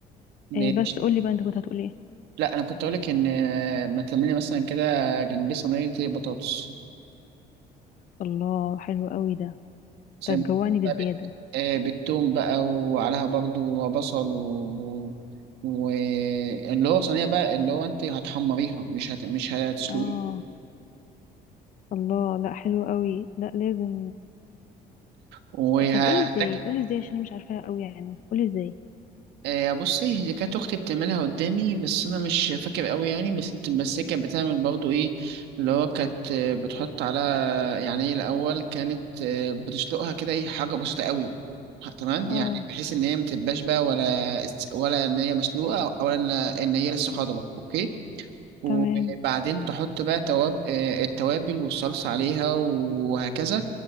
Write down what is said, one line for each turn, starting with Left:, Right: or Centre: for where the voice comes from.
Left: آه
Right: ماشي
Left: بس قولي بقى انت كنت هتقول ايه
Right: لا انا كنت اقول لك ان آه، ما تعملي مثلا كده جنبيه صينيه إيه، بطاطس
Left: الله حلو قوي ده
Right: زي
Left: ده هتجوعني
Right: ما
Left: بالزيادة
Right: بقى بت- آه، بالثوم بقى وعليها برضو بصل و... واللي هو صينيه بقى اللي هو انت هتحمريها مش هت... مش هتسلقيها
Left: اه الله لا حلو قوي لا لازم
Right: وهتاكل
Left: طب قولي ازاي قولي ازاي عشان أنا مش عارفاها قوي يعني قولي ازاي
Right: آه، بصي هي كانت اختي بتعملها قدامي بس انا مش فاكر قوي يعني بس بس هي كانت بتعمل برضو ايه اللي هو كانت آه، بتحط على يعني هي الاول كانت آه، بتسلقها كده ايه حاجه بسيطه قوي ه- تمام يعني
Left: اه
Right: بحيث ان هي ما تبقاش بقى ولا است- ولا ان هي مسلوقه ولا ان إن هي لسه خضره اوكي وبعدين
Left: تمام
Right: تحط بقى تواب آه، التوابل والصلصه عليها وهكذا